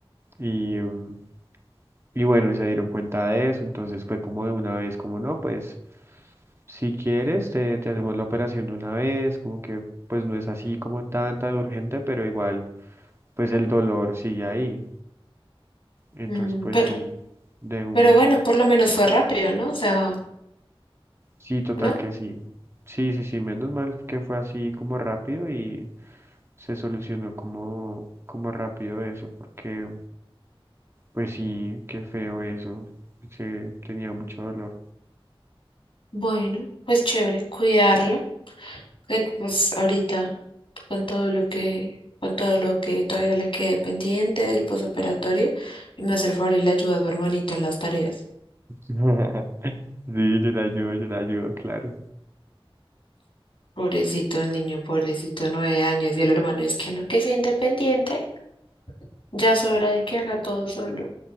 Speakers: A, on the right; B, on the left.
A: Y, mm, y bueno, y se dieron cuenta de eso, entonces fue como de una vez, como no, pues si quieres, te, te hacemos la operación de una vez, como que pues no es así como tanta de urgente, pero igual, pues el dolor sigue ahí. Entonces,
B: Mm,
A: pues
B: pero,
A: sí, de una.
B: pero bueno, por lo menos fue rápido, ¿no? O sea,
A: Sí, total
B: ¿no?
A: que sí. Sí, sí, sí, menos mal que fue así como rápido y se solucionó como, como rápido eso, porque... Pues sí, qué feo eso. Se tenía mucho dolor.
B: Bueno, pues chévere, cuidarla, que pues ahorita. con todo lo que, con todo lo que todavía le quede pendiente del posoperatorio y me hace el favor y le ayuda a su hermanito en las tareas.
A: <laughs> Sí, yo la ayudo, yo la ayudo, claro.
B: Pobrecito el niño, pobrecito, nueve años y el hermano es que no, que sea independiente, ya es hora de que haga todo solo.